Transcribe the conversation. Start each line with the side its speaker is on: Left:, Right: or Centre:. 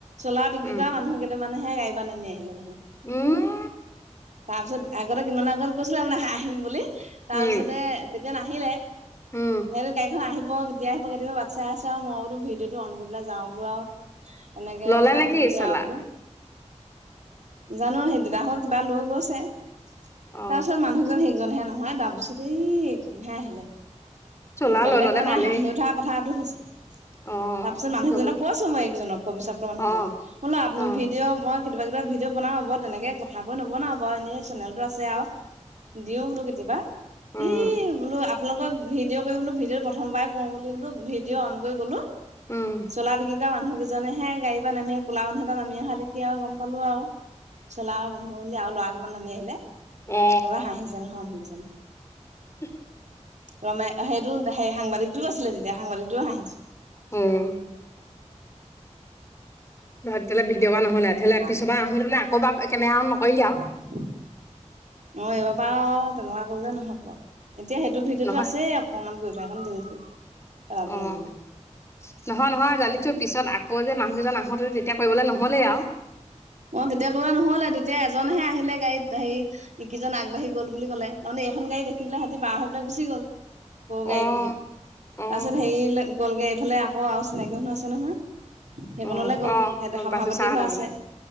Right: চ'লাৰ বিক্ৰী
Left: উম
Right: কৰা মানুহ কেইটামানে গাড়ীৰ পৰা নামি আহিলে নহয়।
Left: উম
Right: তাৰপিছত আগতে কিমাননা আগত কৈছিলে মানে আহিম বুলি, তাৰপিছতে
Left: উম
Right: তেতিয়া নাহিলে,
Left: উম
Right: সিহঁতে গাড়ীখন আহি ব কেতিয়া আহিব কেতিাবা বাটচাই আছে, মই বোলো ভিডিঅ'টো অন কৰি পেলাই যাওঁ বোলো আৰু। এনেকে
Left: ললে
Right: মাতিমগে
Left: নেকি চলাৰ
Right: আৰু বোলো। জানো সেই দেউতাহঁত কিবা লৈ গৈছে,
Left: অ
Right: তাৰপিছত মানুহজন এজনহে নহয় তাৰপিছতে এই এজনহে আহিলে,
Left: চলাৰ
Right: বেলেগ
Left: লৈ ললে
Right: মানে
Left: ভালেই
Right: থা কথাটো হৈছিল।
Left: অ
Right: তাৰপিছত মানুহকজনক
Left: জমনি
Right: কৈছোঁ মই এইেইজনক কবিচক্ৰ মানুহজনক,
Left: অ
Right: <unintelligible> আপোনা
Left: অ অ
Right: ভিডিঅ' মই কেতিয়াবা কেতিয়াবা ভিডিঅ' বনাও, হ'ব তেনেকে কথা কৈ নবনাও বাৰু, এনেই চেনেলটো আছে আৰু। দিও বোলো কেতিয়াবা,
Left: উম
Right: ই, বোলো আপোনালোকক ভিডিঅ' কৰিম বোলো ভিডিঅ' প্ৰথমৰৰ পৰাই কৰোঁ বুলি বোলো ভিডিঅ' অন কৰি গ'লো
Left: উম
Right: চ'লাৰ বিক্ৰী <unintelligible> মানুহ কেইজনেহে গাড়ীৰ পৰা নামি আহি ক'লা মানুহ এটা নামি অহা দেখি আৰু গম পালোঁ আৰু। চ'লাৰৰ মানুহ বুলি আৰু ল'ৰা কেইটামান নামি আহিলে,
Left: অ
Right: তাৰপা হাঁহিছে নহয় মানুহকেইজনে।
Left: <inaudible>
Right: ৰমে সেইটো সেই সাংবাদিকটোও আছিলে তেতিয়া, সাংবাদিকটোও হাঁহিছে।
Left: অ'। তেতিয়াহ'লে ভিডিঅ' কৰা নহ'লে,
Right: কথা
Left: পিছৰবাৰ আহোনে আকৌ কেমেৰা অন নকৰিলি আৰু।
Right: অ' এইবাৰ তেনেকুৱা কৰিলে নহ'ব। এতিয়া সেইটো ভিডিঅ'তটো
Left: নহয়
Right: আছে অকমান কৈ থোৱা কাৰণে ডিলিট কৰি পেলাব
Left: অ'।
Right: লাগিব
Left: নহয় নহয় জানিছোঁ পিছত আকৌ যে মানুহকেইজন আহোঁতে তেতিয়া কৰিবলৈ নহ'লেই আৰু।
Right: অ, তেতিয়া ক'লে নহ'লে, তেতিয়া এজনহে আহিলে গাড়ীত, হেৰি ইকিজন আগবাঢ়ি গ'ল বুলি ক'লে। তাৰমানে এইখন গাড়ী দেখি পেলাই সিহঁতি পাৰ হৈ পেলাই গুচি গল সৰু
Left: অ
Right: গাড়ী বুলি।
Left: অ অ
Right: তাৰপিছত হেৰি গলগৈ এইফালে আকৌ আৰু চিনাকি মানুহ আছে নহয়। সেইকনলে
Left: অ
Right: গ'ল
Left: অ
Right: সেয়াত
Left: গম
Right: সভাপতি
Left: পাইছো চাহ এটা
Right: ঘৰ আছে।
Left: খালা